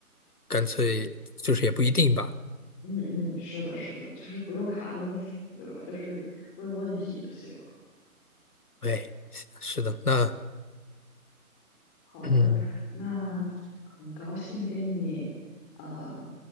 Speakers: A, on the left; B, on the left.
A: 干脆就是也不一定吧。
B: 嗯嗯，是的，是的，就是不用卡那么死，对吧？就是问问题就行了。
A: 哎，是的，那
B: 好的，
A: 嗯，
B: 那很高兴跟你呃